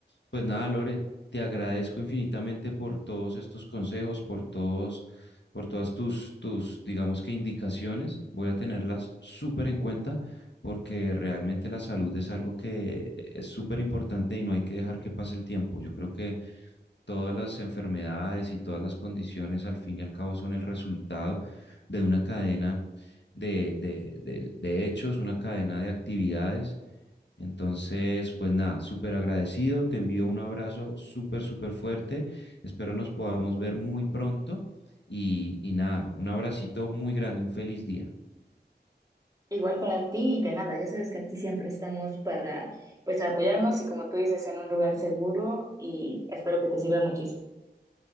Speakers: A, on the left; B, on the right.
A: Pues nada, Lore, te agradezco infinitamente por todos estos consejos, por todos, por todas tus, tus, digamos que indicaciones. Voy a tenerlas súper en cuenta porque realmente la salud es algo que es súper importante y no hay que dejar que pase el tiempo. Yo creo que todas las enfermedades y todas las condiciones al fin y al cabo son el resultado de una cadena de, de, de de hechos, una cadena de actividades entonces, pues nada, súper agradecido, te envío un abrazo súper, súper fuerte, espero nos podamos ver muy pronto y, y nada, un abracito muy grande, un feliz día.
B: Igual para ti y de nada, ya sabes que aquí siempre estamos para pues apoyarnos y como tú dices, en un lugar seguro y espero que te sirva muchísimo.